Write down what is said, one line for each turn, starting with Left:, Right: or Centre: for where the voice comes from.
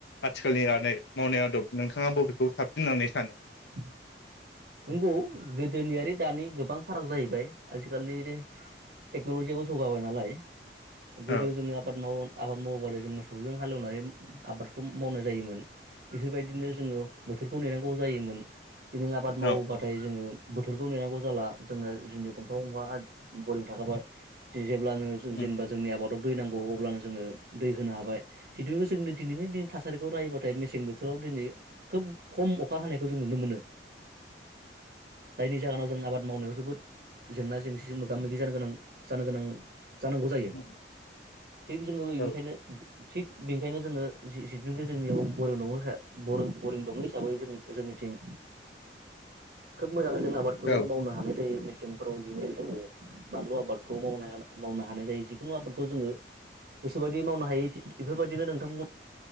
Left: आथिखालनि मावनाय आदब नोंथाङा बबेखौ साबसिन होननानै सानो?
Right: <inaudible> नंगौ गोदोनि आरो दानि गोबां फाराग जाहैबाय आजिखालि टेक्न'लजियाबो जौगाबाय नालाय। गोदो
Left: औ
Right: जोङो आबाद माव आबाद मावोबानो जोङो मोसौजों हालौनानै आबादखौ मावनाय जायोमोन बेफोरबायदिनो जोङो बोथोरखौ नेनांगौ जायोमोन। आबाद मावोब्लाथाय
Left: औ उम
Right: जोङो बोथोरखौ नेनांगौ जाला जोङो जोंनि गंफा गंफा बरिं थाखाबाय जिजों <unintelligible> जोङो जों
Left: उम
Right: जेनेबा जोंनि आबाद दै नांगौ अब्लानो जोङो दै होनो हाबाय जिदु जों दिनैनि थासारिखौ नायोबाथाय मेसें बोथोराव दिनै खोब खम अखा हानायखौ जों नुनो मोनो। जायनि जाहोनाव जों आबाद मावनायाव जोबोद जेंना जेंसिजों मोगा-मोगि जानो गोनां जानो गोनां जानांगौ जायो
Left: उम
Right: थिग जोङो बे
Left: औ
Right: ओंखायनो थिग बेनिखायनो जोङो जि-जिथुनाखि जोंनियाव बरिं दङो हे बर-बरिं दङ हिसाबै जों-जोंनिथिं मोजाङै जों आबादखौ
Left: औ
Right: मावनो हानाय जायो। फ्राव जिने बानलु आबादखौ मावनो हाना मावनो हानाय जायो जिकुनु आबादखौ जोङो गोसोबायदि मावनो हायो इदि इफोरबायदिनो नोंथांमोन